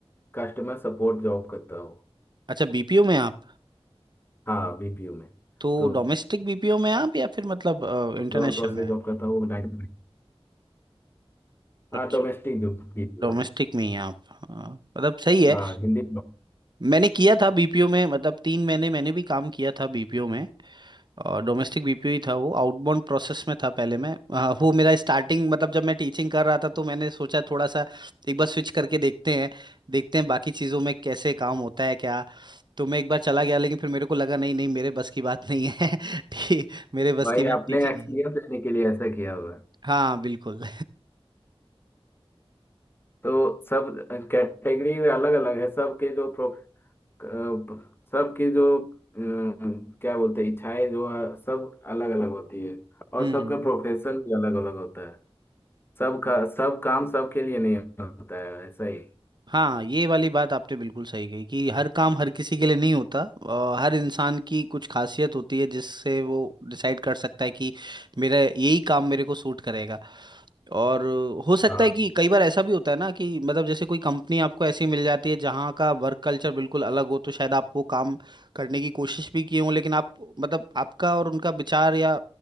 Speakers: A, on the left (about 20°); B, on the right (about 45°).
A: कस्टमर सपोर्ट जॉब करता हूँ
B: अच्छा बीपीओ में आप
A: हाँ बीपीयू में
B: तो
A: तो
B: डोमेस्टिक बीपीओ में आप या फिर मतलब इंटरनेशनल
A: जॉन प्रोसेस
B: में
A: जॉब करता हूँ नाइट हाँ
B: अच्छा
A: डोमेस्टिक जो बीपीयू
B: डोमेस्टिक में ही हैं आप हाँ, मतलब सही है
A: हाँ हिंदी
B: मैंने किया था बीपीओ में मतलब तीन महीने मैंने भी काम किया था बीपीओ में और डोमेस्टिक बीपीओ ही था वो आउटबाउंड प्रोसेस में था पहले मैं आ, वो मेरा स्टार्टिंग मतलब जब मैं टीचिंग कर रहा था तो मैंने सोचा थोड़ा सा एक बार स्विच करके देखते हैं देखते हैं बाकी चीज़ों में कैसे काम होता है क्या तो मैं एक बार चला गया लेकिन फिर मेरे को लगा नहीं नहीं मेरे बस की बात नहीं है <laughs> ठीक मेरे बस
A: भाई
B: की बात
A: आपने
B: टीचिंग
A: एक्सपीरियंस
B: ही है
A: देने के लिए ऐसा किया हुआ है
B: हाँ बिल्कुल
A: तो सब कैटेगरी अलग अलग है सबके जो प्रो अ, सबकी जो अम, क्या बोलते हैं इच्छाएं जो है सब अलग अलग होती है और
B: हम्म
A: सबका
B: हम्म।
A: प्रोफेशन भी अलग अलग होता है सबका सब काम सबके लिए नहीं होता है ऐसा ही
B: हाँ ये वाली बात आपने बिल्कुल सही कही कि हर काम हर किसी के लिए नहीं होता अ, हर इंसान की कुछ खासियत होती है जिससे वो डिसाइड कर सकता है कि मेरा यही काम मेरे को सूट करेगा और हो सकता
A: हाँ
B: है कि कई बार ऐसा भी होता है ना कि मतलब जैसे कोई कंपनी आपको ऐसी मिल जाती है जहाँ का वर्क कल्चर बिल्कुल अलग हो तो शायद आप वो काम करने की कोशिश भी किए हों लेकिन आप मतलब आपका और उनका विचार या